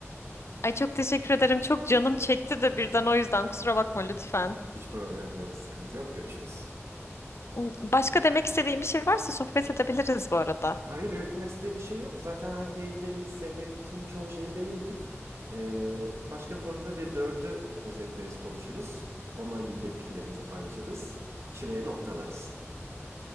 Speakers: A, on the left; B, on the right.
A: <laughs> Ay çok teşekkür ederim. Çok canım çekti de birden o yüzden kusura bakma lütfen.
B: Hiç problem yok, sıkıntı yok. Görüşürüz.
A: Hmm, Başka demek istediğim bir şey varsa sohbet edebiliriz bu arada.
B: Hayır, benim eklemek istediğim bir şey yok. Zaten hani değineceğimiz, sevdiğimiz bütün çoğu şeye değindik. Ee, başka bir konuşmada bir dördü özetleriz, konuşuruz. Onunla ilgili de fikirlerimizi paylaşırız. Şuraya noktalarız.